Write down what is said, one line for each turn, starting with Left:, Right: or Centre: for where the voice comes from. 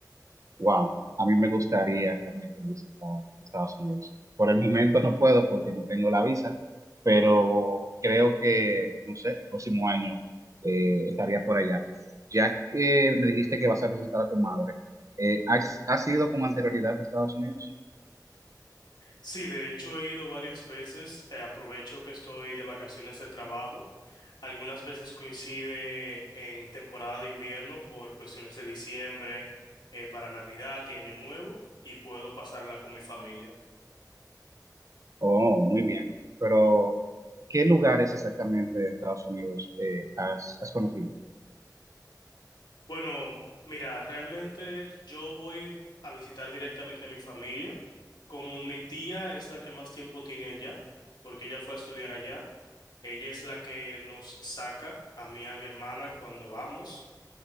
Right: Wow, a mí me gustaría realmente visitar Estados Unidos. Por el momento no puedo porque no tengo la visa, pero creo que, no sé, el próximo año eh, estaría por allá. Ya que me dijiste que vas a visitar a tu madre, eh, ¿has, has ido con anterioridad a Estados Unidos?
Left: Sí, de hecho he ido varias veces. Eh, aprovecho que estoy de vacaciones de trabajo. Algunas veces coincide en temporada de invierno por cuestiones de diciembre, eh, para Navidad y Año Nuevo y puedo pasarla con mi familia.
Right: Oh, muy bien. Pero, ¿qué lugares exactamente de Estados Unidos eh, has, has conocido?
Left: Bueno, mira, realmente yo voy a visitar directamente a mi familia. Como mi tía es la que más tiempo tiene allá, porque ella fue a estudiar allá, ella es la que nos saca a mí y a mi hermana cuando vamos.